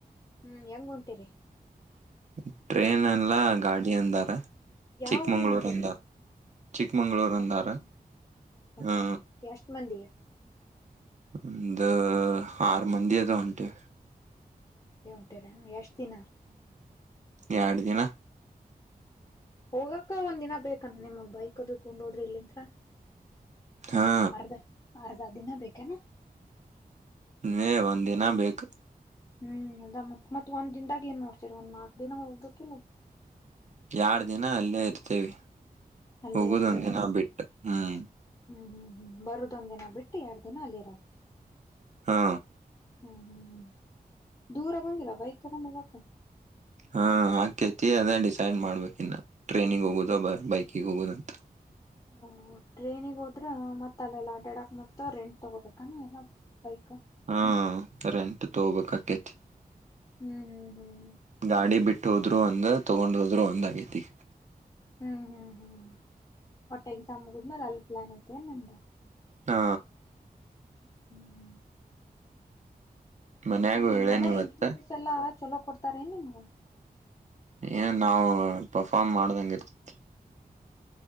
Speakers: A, on the left; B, on the right.
A: ಹ್ಮ್ ಹೆಂಗ ಉಂಟಿರಿ
B: <inaudible> ಟ್ರೇನ್ಲಗಾಡಿ ಅಂದಾರೆ
A: ಯಾವ
B: ಚಿಕ್ಕಮಂಗ್ಳೂರು
A: ಊರಿಗ್ ಹೊಂಟಿರಿ
B: ಅಂದಾರ ಚಿಕ್ಕಮಂಗಳೂರು
A: ಹೌದಾ
B: ಅಂದಾರ
A: ಹೌದನಾ
B: ಹಾ
A: ಎಷ್ಟ್ ಮಂದಿ
B: ಒಂದು ಆರು ಮಂದಿ ಅದ ಉಂಟೆ
A: ಉಂಟಿವವ್ರ ಎಷ್ಟು ಚನ್ನ
B: ಎರಡ ದಿನ
A: ಹ್ಮ ಹೋಗಕ ಒಂದ ದಿನ ಬೇಕನ್ ನಿಮ ಬೈಕ್ ಅದು ತೊಂಡೋದ್ರೆ ಹೋದ್ರಿ ಇಲ್ಲಿಂತ್ರ
B: ಹಾ
A: ಅರ್ದ ಅರ್ಧ ದಿನ ಬೇಕೇನಾ
B: ನೀ ಒಂದ್ ದಿನ ಬೇಕು
A: ಹ್ಮ್ ಅದ ಮತ್ ಮತ್ತತ್ ಒಂದ್ ದನ್ದಾಗ ಏನ್ ನೋಡ್ತರ ಒಂದ್ ನಾಲ್ಕ್ ದಿನ ಹೋಗ್ದಕ್ಕ ಇಲ್
B: ಎಡ್ ದಿನ ಅಲ್ಲೇ ಇರ್ತೇವಿ
A: ಅಲ್ಲೇ
B: ಹೋಗೋದ
A: ಇರ್ತೀರ
B: ಒಂದ ದಿನ ಬಿಟ್ಟು ಹ್ಮ್
A: ಹ್ಮ್ ಹ್ಮ್ ಹ್ಮ್ ಬರುದೊಂದ್ ದಿನ ಬಿಟ್ಟು ಎರಡು ದಿನ ಅಲ್ಲಿರದು
B: ಹಾ
A: ಹ್ಮ್ ಹ್ಮ್ ಹ್ಮ್ ದೂರ ಬಂಗಿಲ್ಲ ಬೈಕ್ ತಗೊಂಡು ಹೋಗಕ್ಕ
B: ಹಾ ಆಾಕೇತಿ ಅದೇ ಡಿಸೈಡ್ ಮಾಡ್ಬೇಕ ಇನ್ನ ಟ್ರೈನಿಿಗೆ ಹೋಗುದ ಬ ಬೈಕಿಿಗೆ ಹೋಗುದಂತ
A: ಹ ಟ್ರೈನಿಗೆ ಹೋದ್ರ ಮತ್ತತ್ ಅಲ್ಲೆಲ್ಲ ಅಡಾಡಕ್ ಮತ್ತು ರೆಂಟ್ ತಗೋಬೇಕಾನ ಎಲ್ಲ ಬೈಕ್
B: ಹಾ ರೆಂಟ್ ತಗಬೇಕಕ್ಕತ್ರಿ
A: ಹ್ಮ್ ಹ್ಮ್ ಹ್ಮ್
B: ಗಾಡಿ ಬಿಟ್ಟ ಬಿಟ್ಟ ಹೋದ್ರು ಒಂದ ತಗೊಂಡ್ ಹೋದ್ರು ಒಂದ್ ಆಗೈತಿ
A: ಹ್ಮ್ ಹ್ಮ್ ಹ್ಮ್ ಒಟ್ಟ ಎಕ್ಸಾಮ್ ಮುಗಿದ್ಮೇಲೆ ಅಲ್ಲಿ ಪ್ಲಾನ್ ಐತೆ ನಿಮ್ದ
B: ಹಾ
A: ಹ್ಮ್ ಹ್ಮ್ ಹ್ಮ್
B: ಮನ್ಯಾಗು
A: ಮತ್ತ ನಿಮ್ಗೆಲ್ಲಾ
B: ಹೇಳೇನ ಇವತ್ತ
A: ಇಂಟಸ ಎಲ್ಲ ಚಲೋ ಕೊಡ್ತಾರೆ ನ್ ನಿಮ್ಗ
B: ಏನ್ ನಾವು ಪರ್ಫಾರ್ಮ್ ಮಾಡದಂಗ ಇರ್ತತಿ